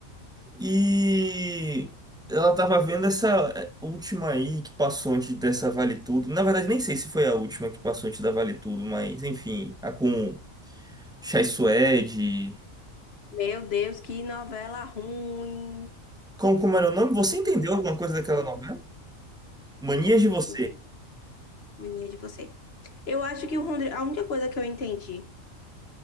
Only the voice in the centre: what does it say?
E ela tava vendo essa é, última aí que passou antes dessa Vale Tudo. Na verdade, nem sei se foi a última que passou antes da Vale Tudo, mas enfim, a com Chai Suede.
Como, como era o nome? Você entendeu alguma coisa daquela novela? Manias de
Você.